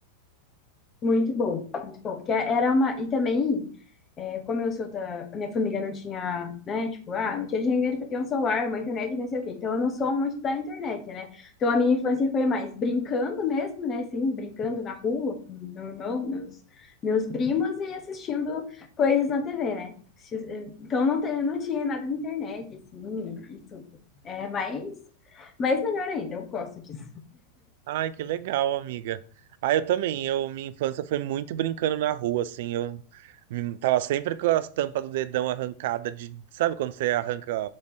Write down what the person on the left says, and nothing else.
muito bom, muito bom. Porque era uma... E também... É, como eu sou da... a Minha família não tinha, né? Tipo, ah, não tinha dinheiro pra ter um celular, uma internet, não sei o quê. Então, eu não sou muito da internet, né? Então, a minha infância foi mais brincando mesmo, né? Assim, brincando na rua com meu irmão, meus, meus primos e assistindo coisas na TV, né? Então, não, te- não tinha nada de internet, assim, e tudo. É, mas, mas melhor ainda, eu gosto disso.